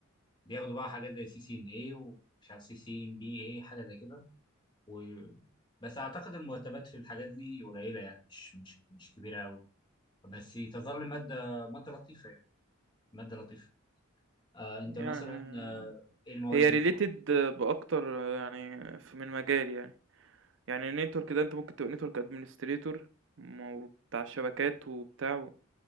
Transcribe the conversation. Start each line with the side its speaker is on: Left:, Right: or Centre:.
Left: بياخدوا بقى حاجات زي سي سي ان اي ومش عارف سي سي ان بي اي حاجه زي كده و... بس اعتقد المرتبات في الحاجات دي قليله يعني مش مش مش كبيره قوي بس تظل ماده ماده لطيفه يعني ماده لطيفه آه انت
Right: يعني
Left: مثلا آه، ايه المواد
Right: هي
Left: اللي
Right: related بأكتر يعني ف من مجالي يعني. يعني نتورك ده انت ممكن تبقى نتورك ادمنستريتور بتاع الشبكات وبتاع و-